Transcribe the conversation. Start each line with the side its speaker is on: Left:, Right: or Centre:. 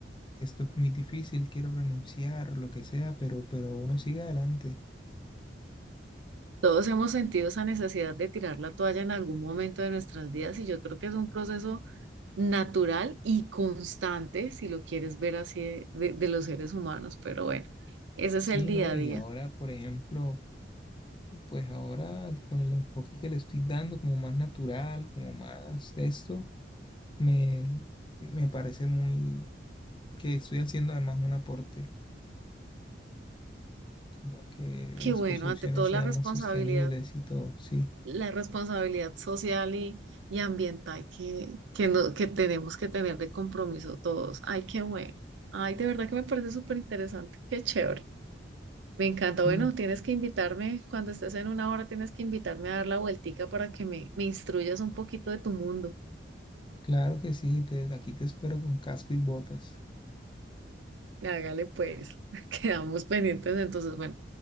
Left: esto es muy difícil, quiero renunciar, lo que sea, pero, pero uno sigue adelante.
Right: todos hemos sentido esa necesidad de tirar la toalla en algún momento de nuestras vidas y yo creo que es un proceso natural y constante, si lo quieres ver así, de, de- de los seres humanos, pero bueno, ese es
Left: Sí,
Right: el día
Left: ¿no?
Right: a
Left: Y
Right: día.
Left: ahora, por ejemplo, pues ahora con el enfoque que le estoy dando, como más natural, como más de esto, me, me parece muy que estoy haciendo además un aporte, como a que
Right: Qué
Left: las
Right: bueno,
Left: construcciones
Right: ante todo
Left: sean
Right: la responsabilidad,
Left: más sostenibles y todo. Sí,
Right: la responsabilidad social y, y ambiental que, que, no- que tenemos que tener de compromiso todos. Ay, qué bueno. Ay, de verdad que me parece súper interesante. Qué chévere. Me encanta.
Left: sí,
Right: Bueno, tienes que invitarme, cuando estés en una hora, tienes que invitarme a dar la vueltica para que me, me instruyas un poquito de tu mundo.
Left: claro que sí, te, aquí te espero con casco y botas.
Right: Hágale pues, <laughs> quedamos pendientes. Entonces, bueno,